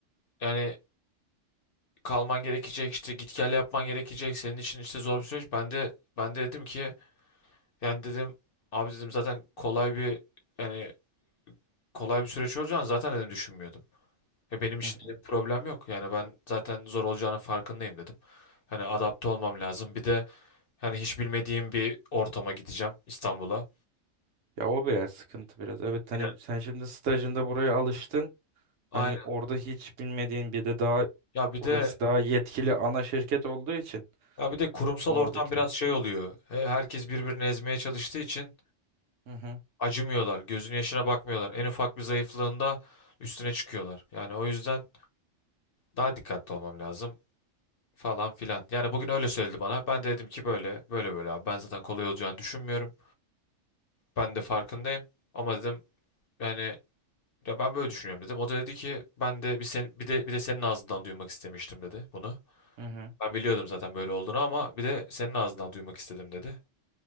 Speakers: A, on the left; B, on the right.
A: Yani kalman gerekecek işte git gel yapman gerekecek senin için işte zor bir süreç. Ben de ben de dedim ki yani dedim abi dedim zaten kolay bir yani kolay bir süreç olacağını zaten dedim düşünmüyordum. Ve benim için
B: Hı hı.
A: dedim problem yok. Yani ben zaten zor olacağının farkındayım dedim. Hani adapte olmam lazım. Bir de yani hiç bilmediğim bir ortama gideceğim İstanbul'a.
B: Ya o biraz sıkıntı biraz. Evet hani
A: Aynen.
B: sen şimdi stajında buraya alıştın.
A: Aynen.
B: Hani orada hiç bilmediğin bir de daha
A: Ya bir
B: orası
A: de
B: daha yetkili ana şirket olduğu için
A: ya bir de kurumsal
B: oradakiler.
A: ortam biraz şey oluyor. He- Herkes birbirini ezmeye çalıştığı için
B: Hı hı.
A: acımıyorlar. Gözünün yaşına bakmıyorlar. En ufak bir zayıflığında üstüne çıkıyorlar. Yani o yüzden daha dikkatli olmam lazım falan filan. Yani bugün öyle söyledi bana. Ben de dedim ki böyle böyle böyle abi. Ben zaten kolay olacağını düşünmüyorum. Ben de farkındayım. Ama dedim yani ya ben böyle düşünüyorum dedim. O da dedi ki ben de bir sen bir de bir de senin ağzından duymak istemiştim dedi bunu.
B: Hı hı.
A: Ben biliyordum zaten böyle olduğunu ama bir de senin ağzından duymak istedim dedi.